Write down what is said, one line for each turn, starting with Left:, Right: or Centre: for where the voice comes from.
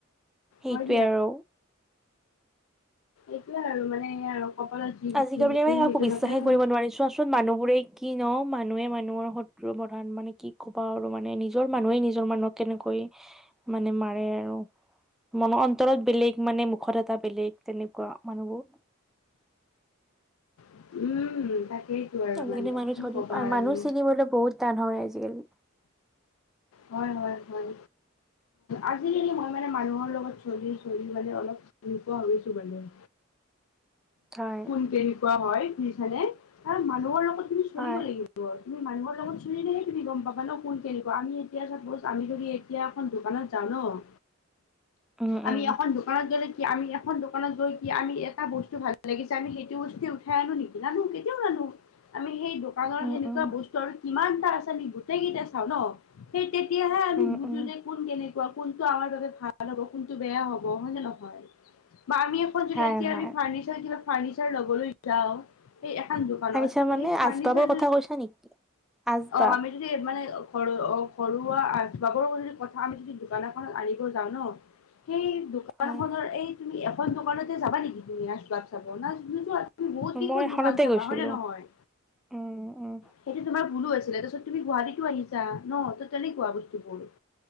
Centre: সেইটোৱে
Left: হয়
Centre: আৰু।
Left: এইটোৱে আৰু মানে আৰু কপালত যি লিখি
Centre: আজিকালি
Left: দিছো সেইজনকে
Centre: একো বিশ্বাসে কৰিব নোৱাৰি চোৱাচোন মানুহবোৰে কি ন মানুহে মানুহৰ স প্ৰধান মানে কি ক'বা আৰু মানে নিজৰ মানুহে নিজৰ মানুহক কেনেকৈ মানে মাৰে আৰু। মনৰ অন্তৰত বেলেগ মানে মুখত এটা বেলেগ তেনেকুৱা মানুহবোৰ।
Left: উম তাকেইতো আৰু
Centre: আজিকালি
Left: মানে
Centre: মানুহ
Left: কি
Centre: ধৰি
Left: কবা
Centre: মানুহ
Left: আৰু
Centre: চিনিবলৈ বহুত টান হয় আজিকালি।
Left: হয়
Centre: <inaudible>
Left: হয় হয় আজিকালি মই মানে মানুহৰ লগত চলি চলি মানে অলপ চিনি পোৱা হৈছো মানে।
Centre: <inaudible> হয়,
Left: কোন কেনেকুৱা হয় শুনিছানে কাৰণ মানুহৰ লগত তুমি চলিব
Centre: হয়,
Left: লাগিব। তুমি মানুহৰ লগত চিলিলেহে তুমি গম পাবা ন' কোন কেনেকুৱা আমি এতিয়া চাপোজ আমি যদি এতিয়া এখন দোকানত যাওঁ ন'।
Centre: উম,
Left: আমি
Centre: উম,
Left: এখন দোকানত গ'লে কি আমি এখন দোকানত গৈ কি আমি এটা বস্তু ভাল লাগিছে আমি সেইটো বস্তুৱ উঠাই আনো নিদিনানো কেতিয়াও নান আমি সেই দোকানৰ
Centre: উম,
Left: সেনেকুৱা
Centre: উম,
Left: বস্তু আৰু কিমানটা আছে গোটেইকেইতে চাওঁ ন' সেই তেতিয়াহে আমি
Centre: উম,
Left: বুজো
Centre: উম,
Left: যে কোন কেনেকুৱা। কোনটো আমাৰ বাবে ভাল হ'ব কোনটো বেয়া হ'ব হয় নে নহয়। বা আমি এখন <unintelligible>
Centre: হয়,
Left: এতিয়া
Centre: হয়।
Left: আমি ফাৰ্ণিচাৰ ফাৰ্ণিচাৰ লবলৈ যাওঁ এই এখন দোকানত
Centre: তানিছা
Left: সেই
Centre: মানে
Left: ফাৰ্নিচাৰ
Centre: আচবাবৰ কথা কৈছা নেকি? আচবাব
Left: অ', আমি যদি মানে ৰু অ', ঘৰুৱা আবাবৰদি কথা আমি যদি দোকান এখনত আনিব যাওঁ ন' সেই দোকানখনৰ
Centre: হয়,
Left: এই তুমি এখন দোকানতে যাবা নেকি তুমি আচবাব চাব না নোযোৱা তুমি বহুত কেইখন
Centre: মই এখনতে
Left: দোকান চাবা
Centre: গৈছিলো।
Left: হয় নে নহয়
Centre: উম, উম,
Left: সেইটো তোমাৰ ভুলো আছিলে তাৰপছত তুমি গুৱাহাটীতটো আহিছা ন' ত' তেনেকুৱা বস্তুবোৰ।